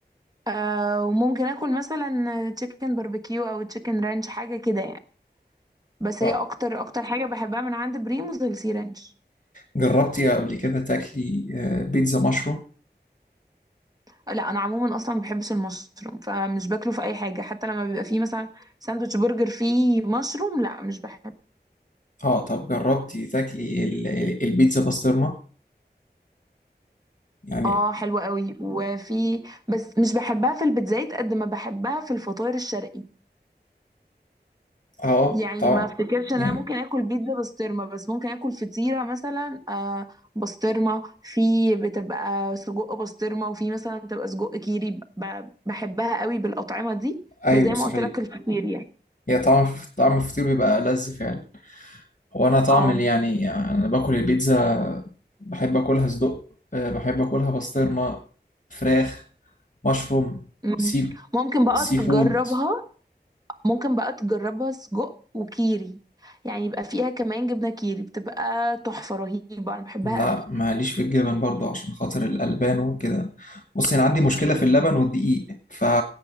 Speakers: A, on the right; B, on the left.
A: أه وممكن اكل مثلا تشيكن باربيكيو او تشيكن رانش حاجه كده يعني بس
B: اه
A: هي اكتر اكتر حاجه بحبها من عند بريموز السي رانش
B: جربتي قبل كده تاكلي آه، بيتزا مشروم
A: لا انا عموما اصلا ما بحبش المشروم فمش باكله في اي حاجه حتى لما بيبقى فيه مثلا ساندوتش برجر فيه مشروم لا مش بحب
B: اه طب جربتي تاكلي ال- ال- البيتزا بسطرمة يعني
A: اه حلوه قوي وفي بس مش بحبها في البيتزايت قد ما بحبها في الفطاير الشرقي
B: اه
A: يعني
B: طبعا
A: ما افتكرش ان
B: يعني
A: انا ممكن اكل بيتزا بسطرمه بس ممكن اكل فطيره مثلا آه بسطرمه في بتبقى سجق بسطرمه وفي مثلا بتبقى سجق كيري ب- بحبها قوي بالاطعمه دي
B: ايوه
A: بس زي
B: صحيح
A: ما قلت لك الفطير يعني
B: هي طعم طعم الفطير بيبقى لذ فعلا هو انا طعم
A: اه
B: اللي يعني يعني انا باكل البيتزا بحب اكلها صدق آه، بحب اكلها بسطرمة فراخ مشروم
A: مم.
B: سي
A: ممكن بقى
B: سي فود
A: تجربها ممكن بقى تجربها سجق وكيري يعني يبقى فيها كمان جبنه كيري بتبقى تحفه رهيبه انا بحبها
B: لا
A: قوي
B: ماليش في الجبن برضه عشان خاطر الألبان وكده بص انا عندي مشكلة في اللبن والدقيق ف